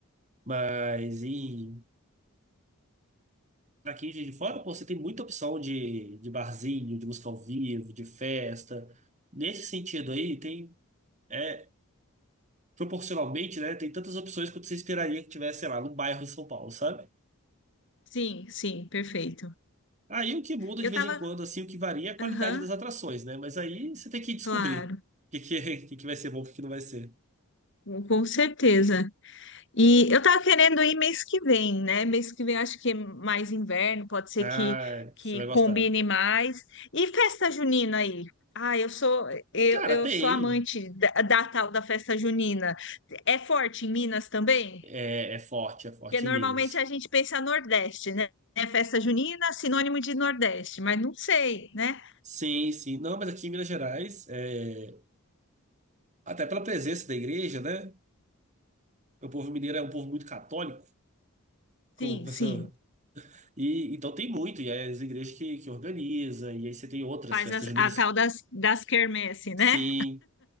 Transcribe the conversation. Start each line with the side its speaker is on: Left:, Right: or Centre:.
Right: Mas em Aqui em Juiz de Fora, pô, você tem muita opção de, de barzinho, de música ao vivo, de festa. Nesse sentido aí, tem, é, proporcionalmente, né, tem tantas opções quanto você esperaria que tivesse, sei lá, num bairro em São Paulo, sabe?
Left: Sim, sim, perfeito.
Right: Aí o que muda
Left: Eu
Right: de vez
Left: tava,
Right: em quando, assim, o que varia é a qualidade
Left: aham,
Right: das atrações, né? Mas aí você tem que descobrir
Left: claro,
Right: o que, que, <laughs> o que que vai ser bom, o que, que não vai ser.
Left: com com certeza. E eu tava querendo ir mês que vem, né? Mês que vem eu acho que é mais inverno, pode ser
Right: Ah,
Left: que, que
Right: você vai gostar.
Left: combine mais. E festa junina aí? Ah, eu sou eu,
Right: Cara,
Left: eu
Right: tem.
Left: sou amante da, da tal da festa junina. É forte em Minas também?
Right: É, é forte, é forte
Left: Porque normalmente
Right: em Minas.
Left: a gente pensa Nordeste, né? É festa junina, sinônimo de Nordeste, mas não sei, né?
Right: Sim, sim. Não, mas aqui em Minas Gerais, é, até pela presença da igreja, né? O povo mineiro é um povo muito católico, como
Left: Sim,
Right: o professor.
Left: sim.
Right: E então tem muito, e aí as igrejas que, que organiza, e aí você tem outras
Left: Faz
Right: festas
Left: as-
Right: juninas.
Left: a, tal das, das quermesse, né?
Right: Sim,